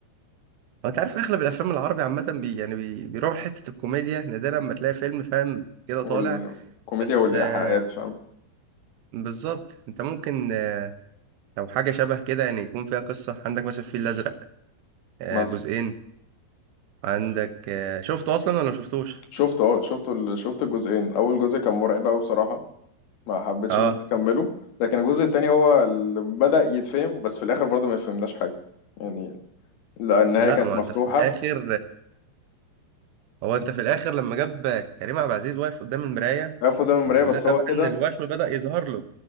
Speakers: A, on the right; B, on the left.
A: هو انت عارف اغلب الافلام العربي عامة بي يعني بي بيروح حتة الكوميديا نادرا لما تلاقي فيلم فاهم كده
B: والكوميديا
A: طالع بس
B: والايحاءات
A: آه
B: فاهم
A: بالظبط انت ممكن آه لو حاجة شبه كده يعني يكون فيها قصة عندك مثلا الفيل الازرق آه
B: مثلا
A: جزئين عندك آه شفته اصلا ولا ما شفتوش؟
B: شفته اه شفته ال- شفت الجزئين اول جزء كان مرعب قوي بصراحه ما حبيتش
A: اه
B: ان انا اكمله لكن الجزء التاني هو اللي بدأ يتفهم بس في الاخر برضه ما فهمناش حاجه يعني لا النهايه
A: لا
B: كانت
A: ما هو
B: مفتوحه
A: انت في الاخر هو انت في الاخر لما جاب كريم عبد العزيز واقف قدام المرايه
B: عرفوا ده من المرايه
A: ولقى
B: بس هو
A: بقى
B: كده
A: ان الوشم بدأ يظهر له